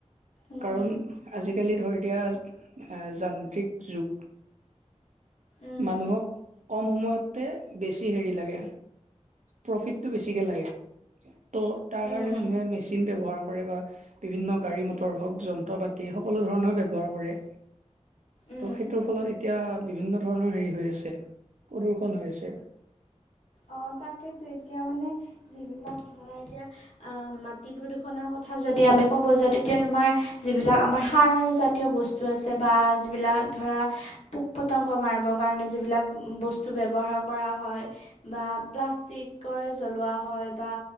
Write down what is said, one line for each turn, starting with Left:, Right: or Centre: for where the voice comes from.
Left: উম
Right: কাৰণ আজিকালি ধৰ এতিয়া আ যান্ত্ৰিক যুগ।
Left: উম
Right: মানুহক কম সময়তে বেছি হেৰি লাগে। প্ৰফিটটো বেছিকে লাগে ত' তাৰ
Left: উম
Right: কাৰণে মানুহে মেচিন ব্যৱহাৰ কৰে। কৰে বা বিভিন্ন গাড়ী মটৰ হওক যন্ত্ৰ পাতি সকলো ধৰণৰ ব্যৱহাৰ কৰে।
Left: উম
Right: ত' সেইটোৰ ফলত এতিয়া বিভিন্ন ধৰণৰ হেৰি হৈ আছে প্ৰদূ্ষন হৈ আছে।
Left: অ তাকেইতো এতিয়া মানে যিবিলাক ধৰা এতিয়া আ মাটি প্ৰদূষণৰ কথা যদি আমি ক'ব যাওঁ তেতিয়া তোমাৰ যিবিলাক আমাৰ সাৰ জা তিয় বস্তু আছে বা যিবিলাক ধৰা পোক পতংগ মাৰব কাৰণে যিবিলাক বস্তু ব্য ব্যৱহাৰ কৰা হয় বা প্লাষ্টিকই জ্বলোৱা হয় বা